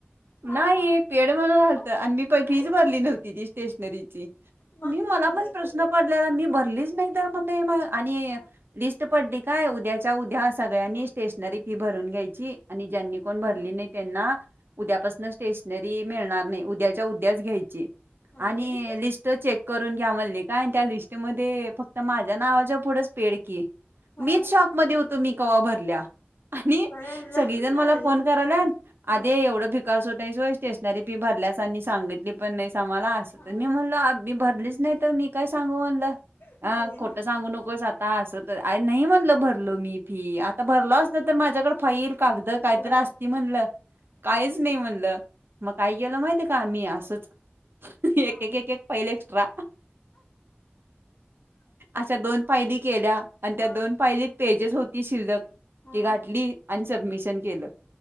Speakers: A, on the left; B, on the right.
A: हा
B: नाही
A: हा
B: पेड म्हणून आलतं
A: मग
B: आणि मी प फीस
A: ऐक
B: भरली नव्हती ती स्टेशनरी ची
A: मग
B: मी
A: भरलं
B: मला पण प्रश्न पडलेला मी भरलीच नाही तर म ते म आणि
A: हा
B: लिस्ट पडली काय उद्याच्या उद्या सगळ्यांनी
A: मग
B: स्टेशनरी फी भरून घ्यायची. आणि ज्यांनी कोण भरली
A: हा
B: नाय त्यांना उद्यापासनं स्टेशनरी मिळणार नाय. उद्याच्या उद्याच घ्यायची.
A: आलो
B: आणि
A: मी हा
B: लिस्ट चेक करून घ्या. म्हणली काय त्या लिस्टमध्ये फक्त माझं नावाच्या पुढच पेड की,
A: हा
B: मीच शॉक मध्ये होतो मी कवा भरल्या? आणि
A: बरं झालं
B: सगळीजण मला
A: ना म्हणजे
B: फोन कराल्यात
A: हा
B: आदे एवढं स्वतः हाईस व्हय स्टेशनरी फी भरल्यास आणि सांगितली पण नाहीस आम्हांला अस
A: हा
B: त मी म्हणलो आ भरलीच नाय तर मी काय सांगू म्हणलं
A: होय
B: अ खोटं सांगू नकोस आ या असं तर आ नही म्हणलं भरलो मी फी आता भरलो असतो तर माझ्याकडं फाईल कागदं काही
A: होय
B: तरी असती
A: असं
B: म्हणलं काहीच
A: म्हण
B: नही म्हणलं म काय केेलं माहितीय का मी असंच
A: हा
B: एक
A: हा
B: एक एक एक फाईल एक्स्ट्रा अशा दोन फाईली केल्या. आणि
A: हा
B: त्या दोन फाईलीत पेजेस होती शिल्लक.
A: हा
B: ती घातली आणि सबमिशन केलं.